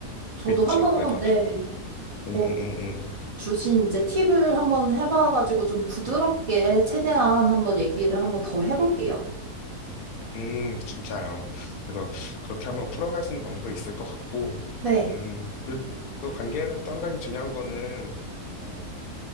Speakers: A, on the right; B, on the left.
A: 저도
B: 그쵸.
A: 한번,
B: 그래서
A: 네.
B: 음,
A: 어,
B: 음, 음, 음.
A: 주신 이제 팁을 한번 해봐가지고 좀 부드럽게 최대한 한번 얘기를 한번 더 해볼게요.
B: 음, 진짜요. 그래서 그렇게 한번 풀어갈 수 있는 방법이 있을 것 같고,
A: 네.
B: 음, 그, 또 관계에서 또 한 가지 중요한 거는, 어,